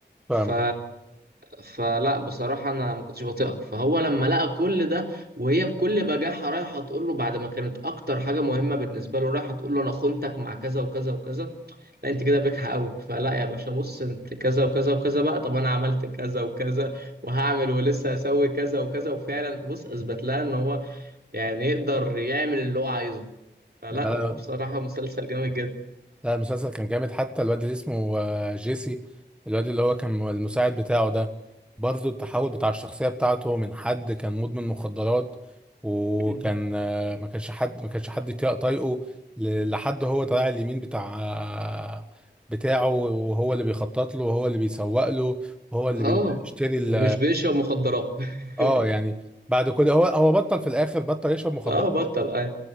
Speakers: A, in the centre; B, on the right.
A: فاهمك
B: ف... فلا بصراحة أنا ما كنتش بطيقها فهو لما لقى كل ده وهي بكل بجاحة رايحة تقول له بعد ما كانت أكتر حاجة مهمة بالنسبة له رايحة تقول له أنا خنتك مع كذا وكذا وكذا لا انت كده بجحة قوي فلا يا باشا بص انت كذا وكذا وكذا بقى طب انا عملت كذا وكذا وهعمل ولسه هسوي كذا وكذا وفعلا بص اثبت لها ان هو يعني يقدر يعمل اللي هو عايزه فلا
A: لا،
B: هو بصراحة مسلسل جامد جدا
A: لا المسلسل كان جامد حتى الواد اللي اسمه آه، جيسي الواد اللي هو كان المساعد بتاعه ده برضه التحول بتاع الشخصية بتاعته من حد كان مدمن مخدرات وكان
B: <clears throat>
A: آه، ما كانش حد ما كانش حد يطيق- طايقه ل- لحد هو طالع اليمين بتاع آه، بتاعه وهو اللي بيخطط له وهو اللي بيسوق له وهو اللي
B: اه
A: بيشتري ال-
B: ومش بيشرب مخدرات <laughs>
A: اه يعني بعد كل هو هو بطل في الاخر بطل يشرب مخدرات
B: اه بطل اه